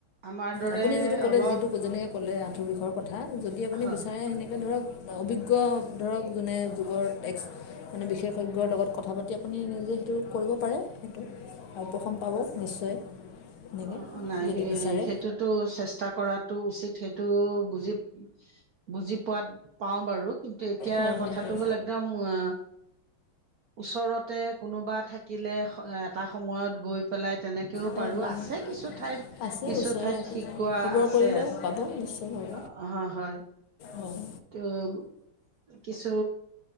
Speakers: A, on the right; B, on the left.
A: আমাৰ দৰে,
B: আপুনি যিটো ক'লে
A: অলপ।
B: যিটো যেনেকৈ ক'লে আঁঠু বিষৰ কথা। কথা, যদি আপুনি
A: হয়
B: বিচাৰে সেনেকৈ ধৰক। অভিজ্ঞ ধৰক যোনে যুগৰ এক্স, মানে বিশেষজ্ঞৰ লগত কথা পাতি আপুনি নিজে সেইটো কৰিব পাৰে। সেইটো আৰু উপশম পাব নিশ্চয়। এনেকৈ
A: অ' অ' নাই
B: যদি
A: এ-সেইটোত
B: বিচাৰে
A: টো চেষ্টা কৰাটো উচিত। সেইটো, বুজি- বুজি পোৱাত পাওঁ বাৰু। কিন্তু এতিয়া
B: হয়
A: কথাটো
B: হয় হয়
A: হ'ল একদম আ ওচৰতে কোনোবা থাকিলে, এটা সময়ত গৈ পেলাই তেনেকেও
B: হয়
A: পাৰো,
B: হয়
A: আছে।
B: হয়
A: কিছু ঠাইত,
B: আছে
A: কিছু
B: ওচৰে
A: ঠাইত
B: পাঁজৰে
A: শিকোৱা
B: খবৰ
A: আছে
B: কৰিলে
A: আছে।
B: পাব নিশ্চয় পাব
A: হ-হয়।
B: হয়
A: ত' কিছু,